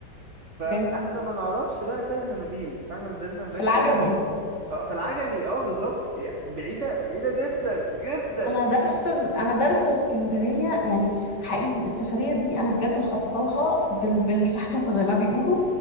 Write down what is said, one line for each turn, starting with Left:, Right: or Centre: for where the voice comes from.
Right: فاحنا
Left: اوكي
Right: ما نعرفش بقى فين هانوفيل فاحنا نزلنا هناك
Left: في العجمي
Right: في
Left: ايه
Right: اه في العجمي اه بالظبط يع- بعيدة بعيدة جدا جدا
Left: انا دارسه انا دارسه اسكندريه يعني حقيقي السفريه دي انا بجد مخططه لها بال... بالسحتوفه زي ما بيقولوا